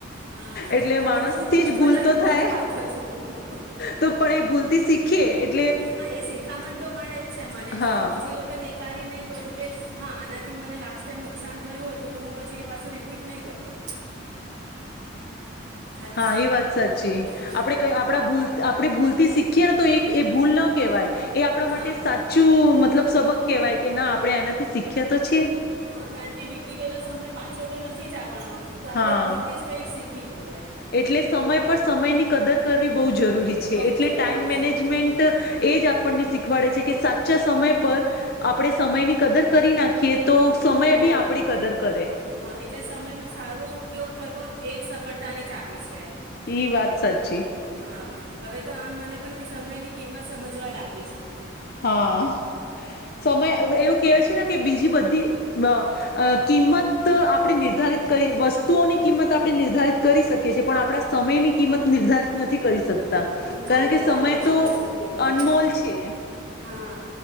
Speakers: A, on the right (about 65°); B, on the left (about 50°).
A: હા
B: એટલે માણસ
A: તો હું હું
B: થી જ ભૂલ
A: વધારે
B: તો
A: ભૂલની
B: થાય
A: પાત્ર છું
B: તો પણ એ ભૂલ થી શીખ <inaudible>
A: હા એ શિખામણ તો મળે જ છે મને એટલે
B: હા
A: હું બીજી વખત એક ક્યારે ની કરું કે હા આનાથી મને લાસ્ટ ટાઈમ નુકસાન થયું હતું તો હું પછી પાછું રિપીટ ન કરું હલો
B: હા એ વાત સાચી
A: હા
B: આપણે ક આપણા ભૂલ આપણે ભૂલતી થી શીખે તો એક એ ભૂલ ના કહેવાય એ આપણા માટે
A: હા
B: સાચું મતલબ સબક કહેવાય કે ના આપણે આનાથી શીખ્યા તો છીએ
A: હા કારણ કે વીતી ગયેલો સમય પાછો તો નથી જ આવાનો તો આપણે
B: હા
A: ભૂલથી જ કંઈક શીખી લઈએ
B: એટલે સમય પર સમય ની કદર કરવી બો જરૂરી છે
A: બહુ
B: એટલે
A: જરૂરી
B: ટાઈમ મેનેજમેન્ટ
A: છે
B: એ જ આપણ વાડે છે કે સાચા સમય પર આપણે સમયની કદર કરી નાખી કે તો સમય
A: હમ
B: બી આપડી કદર કરે
A: હા એટલે સમયનો સારો ઉપયોગ કરવો એ જ સફળતાની ચાવી છે
B: ઈ વાત સાચી
A: હા હવે તો આમ મને પણ સમયની કિંમત સમજવા લાગી છે
B: હા, સમય એવું કેવા છે ને કે બીજી બધી બ કિંમત આપણે નિર્ધારિત કરી વસ્તુઓની કિંમત આપણે નિર્ધારિત કરી શકીએ છીએ, પણ આપણા સમયની કિંમત નિર્ધારિત નથી કરી શકતા, કારણ
A: હા નહીં
B: કે સમય
A: આ વાત તમે
B: તો
A: બરાબર કીધી
B: અનમોલ છે.
A: હા